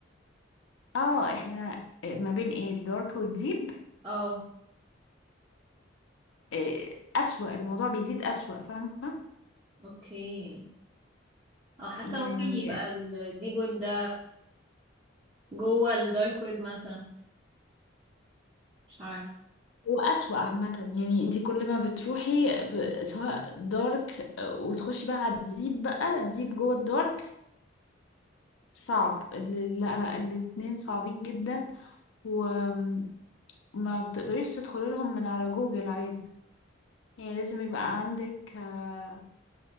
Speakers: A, on the left (about 75°); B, on the right (about 25°).
A: اه احنا ما بين ايه الدارك والديب
B: اه
A: آه، أسوأ الموضوع بيزيد أسوأ فاهمة
B: اوكي اه حاسه
A: يعني
B: ممكن يبقى الديب ويب ده جوه الدارك ويب مثلا مش عارف
A: هو أسوأ عامة يعني انت كل ما بتروحي ب... سواء دارك وتخشي بقى على الديب بقى الديب جوه الدارك صعب ال- لا لا الاتنين صعبين جدا وما بتقدريش تدخلي لهم من على جوجل عادي يعني لازم يبقى عندك آه،